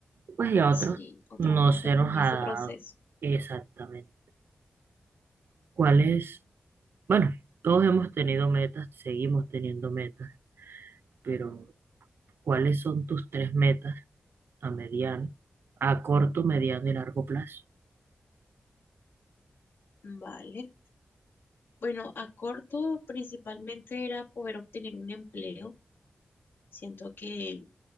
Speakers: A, on the right; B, on the left.
A: pues y a otros
B: Sí, otro
A: no
B: aún estamos
A: se nos
B: en
A: ha
B: ese
A: dado
B: proceso.
A: exactamente. ¿Cuáles? Bueno, todos hemos tenido metas, seguimos teniendo metas, pero ¿cuáles son tus tres metas a mediano, a corto, mediano y largo plazo?
B: Vale. Bueno, a corto principalmente era poder obtener un empleo. Siento que